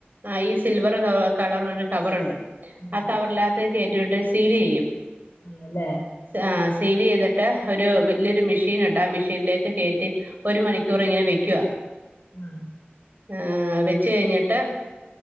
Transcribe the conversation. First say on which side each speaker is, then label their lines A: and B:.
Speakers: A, on the right; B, on the left.
A: ആ ഈ സിൽവർ കളർ ഒരു കവർണ്ട്
B: ഉം,
A: ആ കവറല്ലകത്ത് കേയറ്റിവിട്ട് സീലിയ്യും.
B: ആണല്ലേ?
A: ഹ സീലിയ്തിട്ട് ഒരു വലിയൊരു മെഷീനുണ്ട് ആ മെഷീനിലേക്ക് കയറ്റി ഒരു മണിക്കൂ ചോറ് ഇങ്ങനെ വയ്ക്കുവ.
B: അ
A: ആ വെച്ച് കഴിഞ്ഞിട്ട്